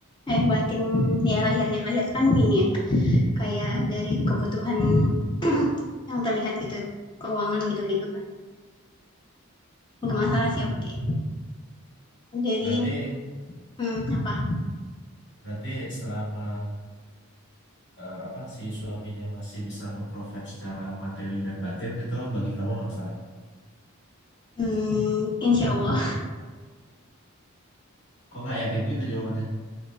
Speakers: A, on the left; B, on the left.
A: eh, batin ya lahirnya. Lahir kan ini ya, kayak dari kebutuhan <clears throat> yang terlihat gitu, keuangan gitu-gitu kan. Nggak masalah sih, oke. Okay. Jadi
B: Berarti
A: mmm, apa,
B: berarti selama eh, apa si suaminya masih bisa nge-provide secara materi dan batin gitu bagi kamu nggak masalah.
A: mmm, insyaallah.
B: Kok nggak yakin gitu jawabannya?